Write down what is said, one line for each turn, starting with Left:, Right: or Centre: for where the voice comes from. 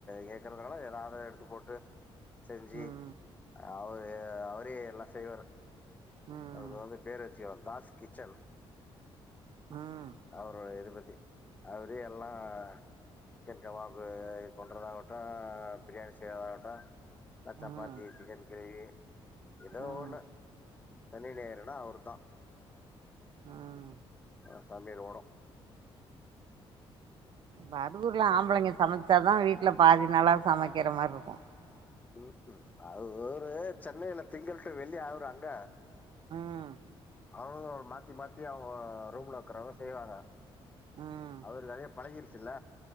Left: கேக்கறதுனால ஏதாவது எடுத்து போட்டு செஞ்சி
Right: ம்
Left: அவ ரு அவரே எல்லா செய்வாரு
Right: ம்
Left: அவருக் வந்து பேரு வச்சி வந் தாஸ் கிச்சன்
Right: ம்
Left: அவர் இது பத் கி அவரே எல்லா சிக்கன் கவாப் ப்பு இது பண்ணுறதாவட்டு பிரியாணி செய்யறதாகட்டு இல்ல
Right: ம்
Left: சப்பாத்தி சிக்கன் கிரேவி ஏதோ
Right: ம்
Left: ஒன்னு சனி ஞாயிறுனா அவருதா
Right: ம்
Left: ஆ சமையல் ஓடும்
Right: பரூகூர்லா ஆம்பளைங்க சமச் வச்சாதா வீட்ல பாதி நல்லா சமைக்கிற மாரி இருக்கூ
Left: ம்கும் அவரு சென்னைல திங்கள் டூ வெள்ளி அவரு அங்க
Right: ம்
Left: அவங்க மாத்தி மாத்தி அவங்க ரூம்ல இக்குறவங்க செய்வாங்க
Right: ம்
Left: அவருக்கு அதே பழகிருச் ல்ல